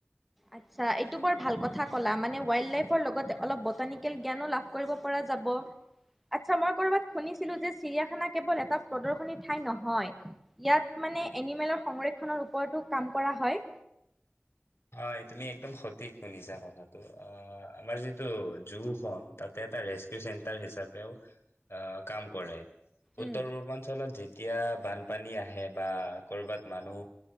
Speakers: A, in the centre; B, on the left.
A: আচ্ছা এইটো বৰ ভাল কথা ক'লা মানে ৱাইল্ড লাইফৰ লগ অলপ বটানিকেল জ্ঞানো লাভ কৰিব পৰা যাব, আচ্ছা ম শুছিলো যে চিৰিয়াখানা কেল এটা প্ৰদৰ্শনী ঠাই নহয় ইয়াত মানে এনিমেলৰ সংৰক্ষণৰ ওপৰতো কাম কৰা হয়।
B: হয় তুমি একদম সঠিক শুনিছা কথাটো, অ আমাৰ যিটো জু খন তাতে এটা ৰেচকিউ চেণ্টাৰ হিচাপেও আহ কাম কৰে। উত্তৰ
A: উম
B: পূৰ্বাঞ্চলত যে এতিয়া বানপানী আহে বা কৰ'বাত মানুহ,